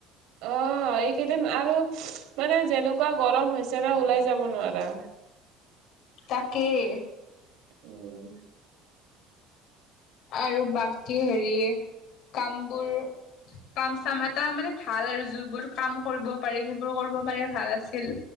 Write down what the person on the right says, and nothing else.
অ এইকেইদিন আৰু মানে যেনেকুৱা গৰম হৈছে না ওলাই যাব নোৱাৰা।
উম।